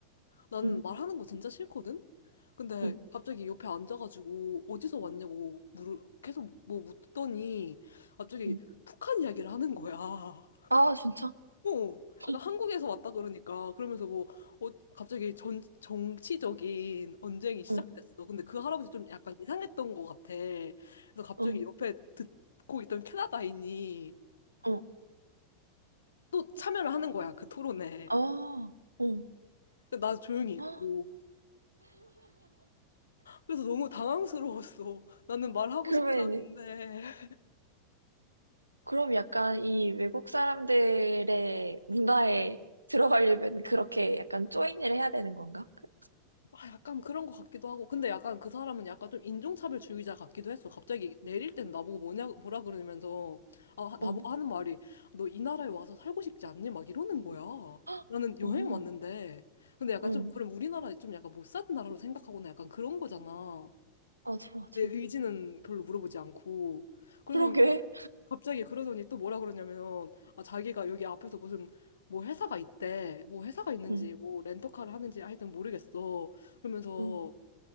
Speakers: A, on the left; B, on the right.
A: 나는
B: 응,
A: 말하는 거 진짜 싫거든. 근데
B: 응,
A: 갑자기 옆에 앉아가지고 어디서 왔냐고 물을 계속 뭐 뭐 묻더니 갑자기
B: 응.
A: 북한 이야기를 하는 거야.
B: 아, 진짜?
A: 어, 약간
B: 응,
A: 한국에서 왔다 그러니까 그러면서 뭐 어, 갑자기 전 정치적인 언쟁이 시작됐어.
B: 응,
A: 근데 그 할아버지 좀 약간 이상했던 것 같아. 그래서 갑자기
B: 응,
A: 옆에 듣고 있던 캐나다인이
B: 응.
A: 또 참여를 하는 거야 그 토론에.
B: 아, 응.
A: 근데 나 조용히 있고
B: 헉,
A: 그래서 너무 당황스러웠어. 나는 말하고
B: 그러면,
A: 싶지 않은데.
B: 그럼 약간 이 외국 사람들의 문화에 들어가려면 그렇게 약간 조인을 해야 되는 건가? 그,
A: 아, 약간 그런 것 같기도 하고. 근데 약간 그 사람은 약간 좀 인종차별 주의자 같기도 했어. 갑자기 내릴 땐 나보고 뭐냐, 뭐라 그러면서, 아, 나보고
B: 응.
A: 하는 말이, 너 이 나라에 와서 살고 싶지 않니? 막 이러는 거야.
B: 헉!
A: 나는 여행
B: 어,
A: 왔는데. 근데 약간
B: 응.
A: 좀, 그럼 우리나라 좀 약간 못 사는 나라로 생각하거나 약간 그런 거잖아.
B: 맞아, 맞아.
A: 내 의지는 별로 물어보지 않고. 그래서
B: 그러게.
A: 갑자기 그러더니 또 뭐라 그러냐면, 아, 자기가 여기 앞에서 무슨, 뭐 회사가 있대. 뭐 회사가 있는지,
B: 응,
A: 뭐 렌터카를 하는지 하여튼 모르겠어. 그러면서,
B: 응.